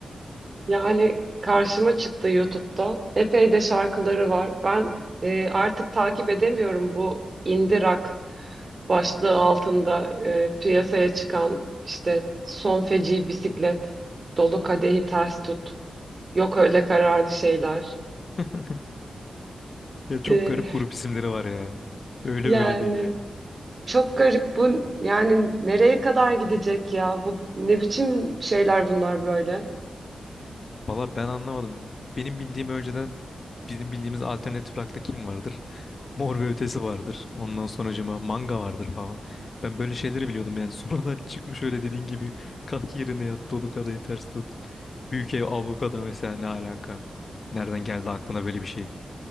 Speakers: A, on the right; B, on the left.
A: Yani karşıma çıktı YouTube'da. Epey de şarkıları var. Ben e, artık takip edemiyorum bu indie rock başlığı altında e, piyasaya çıkan işte Son Feci Bisiklet, Dolu Kadehi Ters Tut, Yok Öyle Kararlı Şeyler.
B: <laughs> Ya çok
A: E,
B: garip grup isimleri var ya. Öyle
A: yani
B: böyle değil yani.
A: Çok garip bu yani nereye kadar gidecek ya? Bu ne biçim şeyler bunlar böyle?
B: Valla ben anlamadım. Benim bildiğim önceden bizim bildiğimiz alternatif rock'ta kim vardır? Mor ve Ötesi vardır. Ondan sonracıma Manga vardır falan. Ben böyle şeyleri biliyordum yani. <laughs> Sonradan çıkmış öyle dediğin gibi kalk yerine yat dolu kadayı ters tut. Büyük ev ablukada mesela ne alaka? Nereden geldi aklına böyle bir şey?